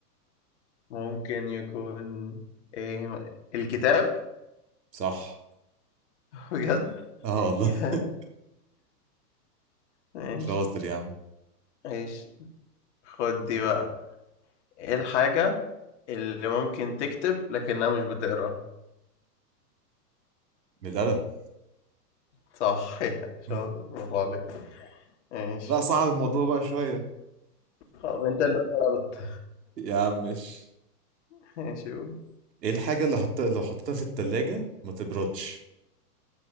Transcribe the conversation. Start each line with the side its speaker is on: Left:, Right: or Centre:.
Left: ممكن يكون ايه الكتاب
Right: صح
Left: <laughs> بجد
Right: اه والله
Left: <laughs>
Right: <laughs>
Left: ماشي
Right: شاطر يا عم
Left: ماشي خد دي بقى ايه الحاجة اللي ممكن تكتب لكنها مش بتقرا
Right: من القلم
Left: صح <laughs>
Right: مم.
Left: شاطر برافو عليك ماشي
Right: لا صعب الموضوع بقى شوية
Left: طب انت اللي اخترت
Right: يا عم ماشي
Left: <laughs> ماشي قول
Right: ايه الحاجة اللي حطيتها لو حطيتها في التلاجة ما تبردش